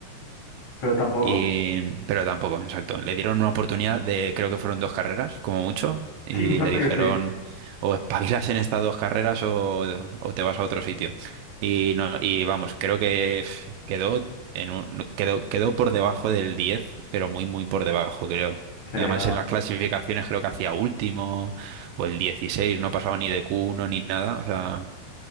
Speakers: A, on the left (about 55°); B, on the right (about 85°).
A: Pero tampoco.
B: y, pero tampoco, exacto. Le dieron una oportunidad de, creo que fueron dos carreras, como mucho, y
A: Sí, me parece
B: le dijeron,
A: que sí.
B: o espabilas en estas dos carreras o, o te vas a otro sitio. Y, no, y vamos, creo que pf, quedó, en un- no, quedó, quedó por debajo del 10 pero muy, muy por debajo, creo.
A: Sí,
B: Además,
A: no.
B: en las clasificaciones creo que hacía último o el dieciséis no pasaba ni de q uno ni nada, o sea,